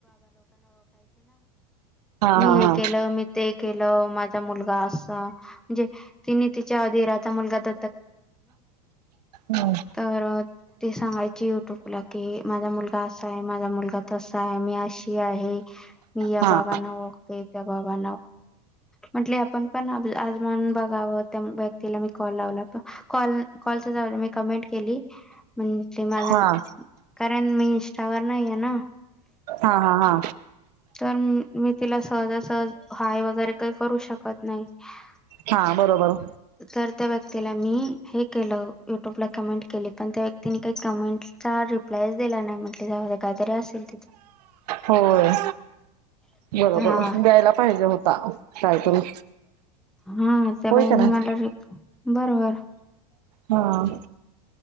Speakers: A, on the right; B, in the centre.
A: हा
B: मी
A: हा
B: हे
A: हा.
B: केल मी ते केल माझा मुलगा असा म्हणजे तिने तिच्या आधी राहत
A: हम्म.
B: तर ते सांगायच युट्यूबला की माझा मुलगा असा आहे माझा मुलगा तसा आहे मी अशी आहे मी
A: हा
B: बाबाांना ओळखतो त्या बाबा म्हंटल आपण पण आजमान बघावं त्या व्यक्तीला मी कॉल लावला होता कॉल कॉल जाऊदे मी कमेंट केली म्ह ते माझ
A: हा.
B: कारण मी इन्स्टावर नाही आहे ना
A: हा हा हा
B: तर मी तिला सहजासहज हाय वगैरे काही करू शकत <unintelligible>
A: हा बरोबर
B: तर त्या व्यक्तीला मी हे केलं युट्यूब ला कमेंट केली पण त्या व्यक्तीनी काही कमेंट चचा रिप्लायच दिला नाही म्हंटले ज काहीतरी असेल तिथं
A: होय बरोबर
B: हा
A: द्यायला पाहिजे होता काहीतरी
B: हा त्या
A: होय
B: बहिणी
A: का नाही
B: मला रि बरोबर
A: हा